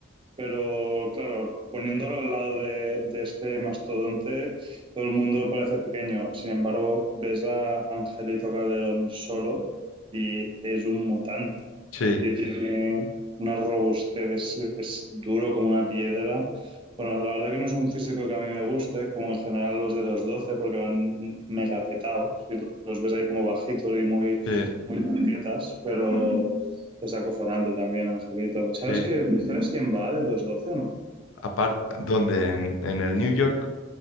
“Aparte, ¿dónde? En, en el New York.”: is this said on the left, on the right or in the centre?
Left